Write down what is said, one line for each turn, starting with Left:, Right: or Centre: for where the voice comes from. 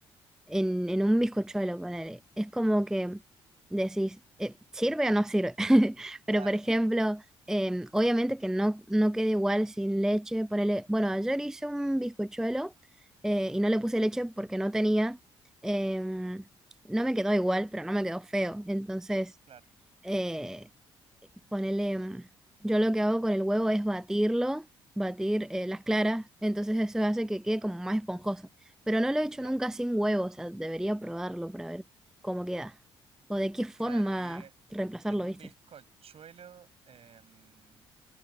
Centre: en, en un bizcochuelo, ponele. Es como que decís, eh, ¿sirve o no sirve? <laughs> Pero,
Right: Claro,
Centre: por ejemplo,
Right: claro,
Centre: eh, obviamente que no, no queda igual sin leche, ponele. Bueno, ayer hice un bizcochuelo eh, y no le puse leche porque no tenía. em, no me quedó igual, pero no me quedó feo. Entonces
Right: claro,
Centre: eh, ponele, mm, yo lo que hago con el huevo es batirlo, batir eh, las claras, entonces eso hace que quede como más esponjoso. Pero no lo he hecho
Right: claro,
Centre: nunca sin huevo, o sea, debería probarlo para ver cómo queda. O de qué forma
Right: claro. Y eh,
Centre: reemplazarlo,
Right: en un
Centre: ¿viste?
Right: bizcochuelo em,